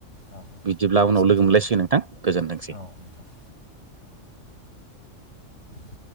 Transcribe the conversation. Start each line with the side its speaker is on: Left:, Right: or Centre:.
Left: औ नोंथां
Right: बिदिब्ला
Left: गोजोनथों
Right: उनाव लोगो मोनलायसिगोन नोंथां गोजोनथोंसै
Left: औ नोंथां। <inaudible>